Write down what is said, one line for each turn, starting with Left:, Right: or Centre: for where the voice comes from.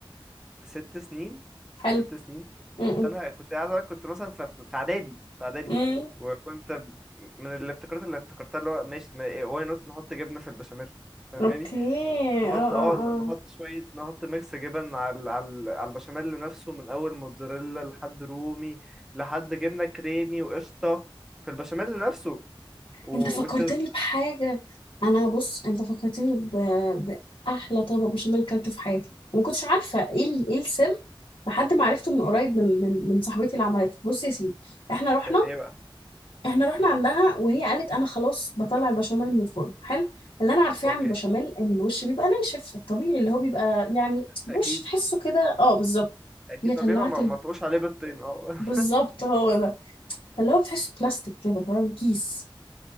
Centre: ست سنين
Left: حلو
Centre: ست سنين
Left: م-
Centre: كنت انا كنت عايز اقول لك، كنت مثلا في في- في اعدادي في اعدادي
Left: م. م.
Centre: وكنت ب- من الابتكارات اللي ابتكرتها اللي هو ماشي واي نوت نحط جبنه في البشاميل فاهماني
Left: اوكي
Centre: نحط
Left: اه اه
Centre: اه نحط
Left: آه.
Centre: شوية نحط ميكس جبن على على على البشاميل نفسه من أول موتزاريلا لحد رومي لحد جبنة كريمي وقشطة في البشاميل نفسه و
Left: انت فكرتني
Centre: which is
Left: بحاجة انا بص انت فكرتني ب... بأحلى طبق بشاميل كلته في حياتي وما كنتش عارفة ايه ال... ايه السر لحد ما عرفته
Centre: مم.
Left: من قريب من من من صاحبتي اللي عملته بص يا سيدي احنا رحنا
Centre: كان ايه بقى؟
Left: احنا رحنا
Centre: مم.
Left: عندها وهي قالت انا خلاص بطلع البشاميل من الفرن حلو اللي انا عارفاه
Centre: اوكي
Left: عن البشاميل ان الوش بيبقى ناشف الطبيعي اللي هو بيبقى يعني الوش
Centre: أكيد
Left: تحسه كده اه بالظبط
Centre: أكيد
Left: هي طلعت
Centre: طب بيبقى ما
Left: ال...
Centre: ما تقوش عليه بالطين اه
Left: بالظبط هو ده اللي هو بتحسه بلاستيك كده فاهم كيس